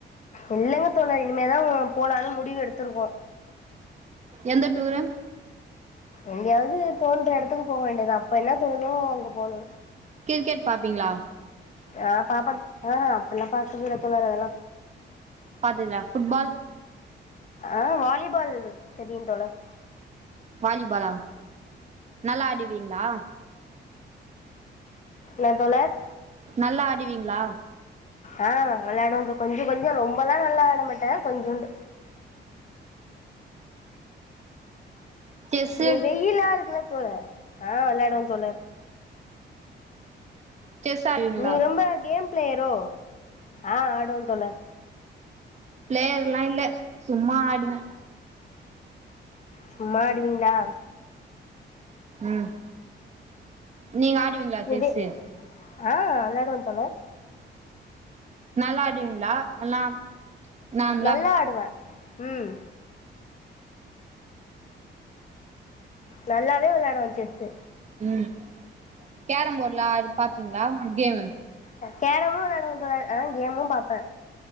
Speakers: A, on the left; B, on the right.
A: இல்லங்க தோழர் இனிமேதா போலானு முடிவு எடுத்துருக்கோ
B: எந்த டூரு
A: எங்கேயாவ்து தோன்ற எடத்துக் போ வேண்டியதா அப்ப என்ன தோணுதோ அங்க போணு
B: கிரிக்கெட் பாப்பீங்ளா
A: ஆ பாப்ப ஆ அப்புல்லா பாக்கற்தில்ல அதெல்லா
B: பாத்ததில்யா ஃபுட்பால்
A: ஆ வாலிபால் தெரியு தோழர்
B: வாலிபாலா நல்லா ஆடுவீங்களா
A: என்ன தோழர்
B: நல்லா ஆடி பீங்ளா
A: ஆ வெளாடுவ கொஞ்சொ கொஞ்சொ ரொம்பல்லா நல்லா ஆட மாட்ட கொஞ்சோண்டு
B: செஸ்ஸு
A: இன்னைக் வெயிலா இருக்குல தோழர் ஆ விளாடுவ தோழர்
B: செஸ் ஆடுவீங்களா
A: நீங்க ரொம்ப கேம் ப்ளேயரோ ஆ ஆட் வ தோழர்
B: ப்ளேயர்லா இல்ல சும்மா ஆடுவ
A: சும்மா ஆடுவீங்ளா
B: ம் நீங்க ஆடுவீங்ளா செஸ்ஸு
A: இது ஆ விளாடுவ தோழர்
B: நல்லா ஆடுவீங்ளா எல்லா நார்மலா
A: நல்லா ஆடுவே உம் நல்லாவே விளாடுவோ செஸ்சு
B: ம் கேரம் போட்லா அது பாப்பீங்ளா கேம்
A: கேரமு விளாடுவெ தோழர் ஆ கேமு பாப்பே